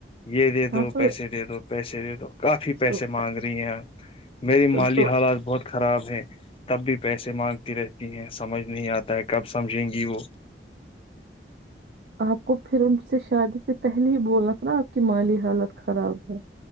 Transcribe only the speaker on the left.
یہ دے
دو
پیسے دے دو پیسے دے دو کافی پیسے
مانگ رہی ہیں میری مالی
حالات بہت خراب ہے تب بھی پیسے مانگتی رہتی ہیں سمجھ نہیں آتا ہے کب سمجھیں گی وہ